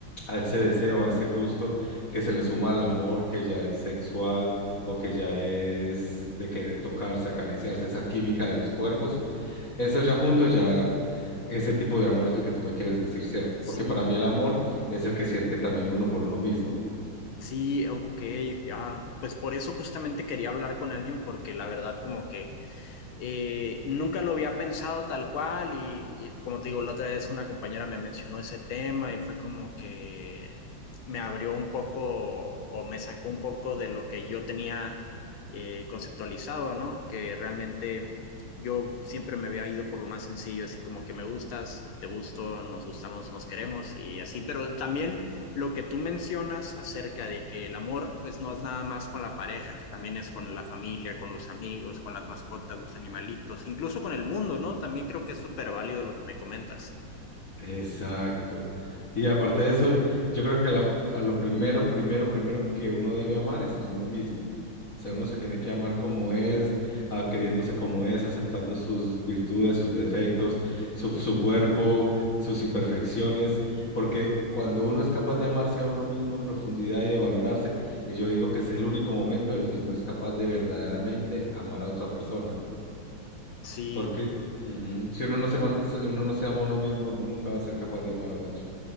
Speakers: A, on the left; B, on the left.
A: a ese deseo, a ese gusto que se le suma al amor, que ya es sexual o que ya es de querer tocarse, acariciarse, esa química de los cuerpos, eso ya junto, ya ese tipo de amor es el que tú me quieres decir, ¿cierto?
B: Sí,
A: Porque para
B: fíjate.
A: mí el amor es el que siente también uno por uno mismo.
B: Sí, ok, ah, pues por eso justamente quería hablar con alguien porque la verdad como que Eh, nunca lo había pensado tal cual y, y como te digo, la otra vez una compañera me mencionó ese tema y fue como que me abrió un poco o me sacó un poco de lo que yo tenía eh, conceptualizado, ¿no? Que realmente yo siempre me había ido por lo más sencillo, así como que me gustas, te gusto, nos gustamos, nos queremos y así, pero también lo que tú mencionas acerca de que el amor pues no es nada más con la pareja, que también es con la familia, con los amigos, con las mascotas, los animalitos, incluso con el mundo, ¿no? También creo que es súper válido lo que me comentas.
A: Exacto. Y aparte de eso, yo creo que la- a lo primero, primero, primero que uno debe amar es a uno mismo. O sea, uno se tiene que amar como es, a- queriéndose como es, aceptando sus virtudes, sus defectos, su, su cuerpo, sus imperfecciones, porque cuando uno es capaz de amarse a uno mismo en profundidad y de valorarse, eh, yo digo que es el único momento en el que uno es capaz de verdaderamente amar a otra persona
B: Sí.
A: porque ujú, si uno no se, man- se- uno no se ama a uno mismo, nunca va a ser capaz de amar a otro.